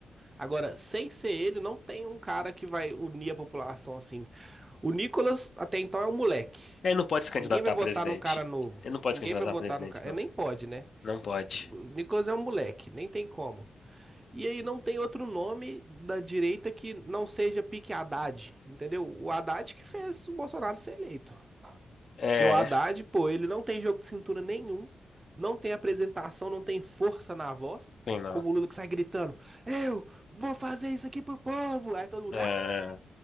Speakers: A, on the right; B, on the left.
A: Agora, sem ser ele, não tem um cara que vai unir a população assim. O Nicolas, até então, é um moleque.
B: ele não pode se candidatar
A: Ninguém vai votar
B: a presidente.
A: num cara novo.
B: Ele não pode
A: Ninguém
B: se candidatar
A: vai votar
B: a presidente,
A: num cara.
B: não.
A: É, nem pode, né?
B: Não pode.
A: O Nicolas é um moleque, nem tem como. E aí não tem outro nome da direita que não seja Pique Haddad, entendeu? O Haddad que fez o Bolsonaro ser eleito.
B: É,
A: Porque o Haddad, pô, ele não tem jogo de cintura nenhum, não tem apresentação, não tem força na voz,
B: tem não.
A: como o Lula que sai gritando: Eu vou fazer isso aqui pro povo! Aí todo mundo,
B: É,
A: ah!
B: não